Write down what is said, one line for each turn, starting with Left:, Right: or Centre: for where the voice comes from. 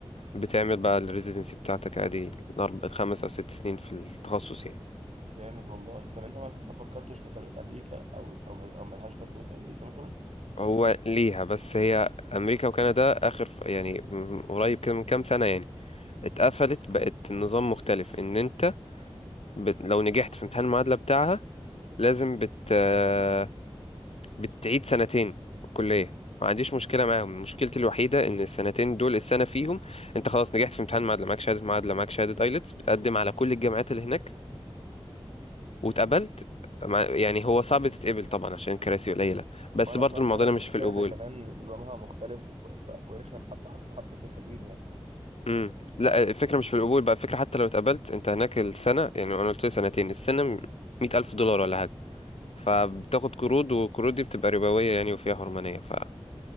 Left: بتعمل بقى الريزيدنسي بتاعتك عادي أربع- خمس او ست سنين في التخصص يعني
Right: جامد والله طب انت مثلا ما فكرتش في طريق امريكا او او مل- او ملهاش بثوي في امريكا مثلا
Left: هو ليها بس هي امريكا وكندا اخر ف- يعني م- قريب كده من كام سنه يعني اتقفلت بقت النظام مختلف ان انت بت... لو نجحت في امتحان المعادلة بتاعها لازم بت... آه، بتعيد سنتين في الكلية ما عنديش مشكلة معاهم مشكلتي الوحيدة ان السنتين دول السنة فيهم انت خلاص نجحت في امتحان المعادلة معاك شهادة معادلة معاك شهادة ايلتس بتقدم على كل الجامعات اللي هناك واتقبلت مع... يعني هو صعب تتقبل طبعا عشان الكراسي قليلة بس
Right: وانا
Left: برضو
Right: اسمع
Left: المعضلة
Right: فعلا
Left: مش
Right: ان
Left: في
Right: كندا
Left: القبول
Right: كمان نظامها مختلف و- و- ورخم حبه حب حبتين حلوين يعني
Left: امم لا الفكرة مش في القبول بقى الفكرة حتى لو اتقبلت انت هناك السنة يعني انا قلت لي سنتين السنة 100000 دولار ولا حاجة فبتاخد
Right: مم.
Left: قروض والقروض دي بتبقى ربوية يعني وفيها حرمانية ف